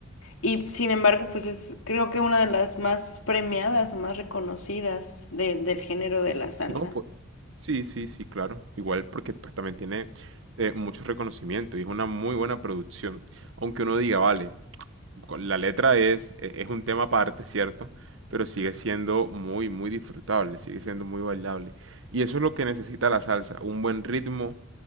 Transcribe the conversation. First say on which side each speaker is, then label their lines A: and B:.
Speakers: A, on the left (about 75°); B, on the right (about 60°).
A: y sin embargo, pues es creo que una de las más premiadas o más reconocidas del, del género de la salsa.
B: No, pues sí, sí, sí, claro. Igual porque pues también tiene eh, mucho reconocimiento y es una muy buena producción. Aunque uno diga, vale, con- La letra es, e- es un tema aparte, ¿cierto? Pero sigue siendo muy, muy disfrutable, sigue siendo muy bailable. Y eso es lo que necesita la salsa, un buen ritmo.